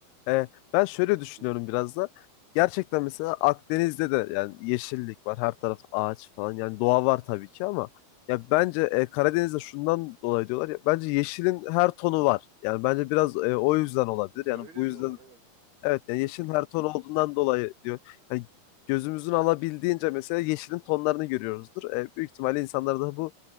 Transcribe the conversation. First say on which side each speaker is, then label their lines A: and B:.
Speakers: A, on the left (about 85°); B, on the right (about 65°).
A: E, ben şöyle düşünüyorum
B: Hmm.
A: biraz da. Gerçekten mesela Akdeniz'de de yani yeşillik var, her taraf ağaç falan. Yani doğa var tabii ki ama ya bence e, Karadeniz'de şundan dolayı diyorlar ya bence yeşilin her tonu var. Yani bence biraz e, o yüzden olabilir. Yani
B: Öyle
A: bu yüzden
B: diyorlar evet.
A: evet yani
B: Evet
A: yeşilin
B: evet.
A: her tonu olduğundan dolayı diyor. Yani gözümüzün alabildiğince mesela yeşilin tonlarını görüyoruzdur. E, büyük ihtimalle insanlar da bu